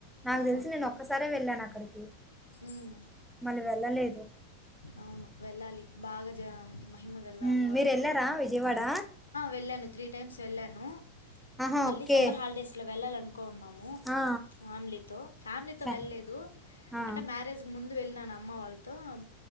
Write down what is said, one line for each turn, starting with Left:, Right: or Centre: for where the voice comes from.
Centre: నాకు
Left: ఆ
Centre: తెలిసి నేను ఒక్కసారే వెళ్ళాన నుకు
Left: మ్మ్
Centre: మల్ వెళ్ళలేదు
Left: అవును వెళ్ళాలి బాగా జం మహిమగల్లా
Centre: హ్మ్.
Left: అమ్మవారు
Centre: మీరెళ్లారా విజయవాడ?
Left: వెళ్ళాను త్రీ టైమ్స్ వెళ్ళాను
Centre: ఆహా!
Left: మళ్ళీ
Centre: ఓకే.
Left: సమ్మర్ హాలిడేస్లో వెళ్ళాలనుకున్నాము
Centre: ఆ!
Left: ఫ్యామిలీతో ఫ్యామిలీతో
Centre: ఫె
Left: వెళ్లేదు
Centre: ఆ!
Left: అంటే మ్యారేజ్ ముందు వెళ్ నాన మ్మా వాళ్ ఆ త్